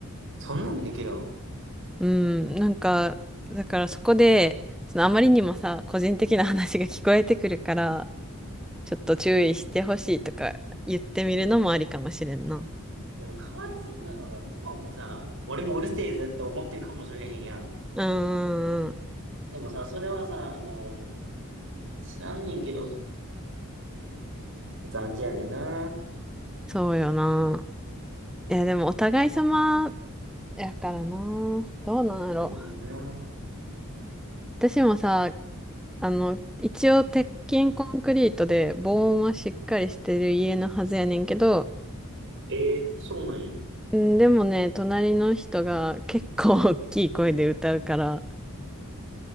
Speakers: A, on the right; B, in the centre.
A: そんなんできるん
B: うん、なんか、だからそこで、そのあまりにもさ、個人的な話が聞こえてくるから、ちょっと注意してほしいとか言ってみるのもありかもしれんな。
A: でも、かわいそうなのが、向こうもさ、俺もうるせえぜって思ってるかもしれへんやん。
B: うんんん、
A: でもさ、それはさ、もう、知らんねんけど、って感じやねんな。
B: そうよな。いや、でもお互い様やからな。どうなんやろ。
A: うん、な。
B: 私もさ、あの、一応鉄筋コンクリートで防音はしっかりしてる家のはずやねんけど、
A: ええそうなんや。
B: うん、でもね、隣の人が結構 <laughs> 大きい声で歌うから、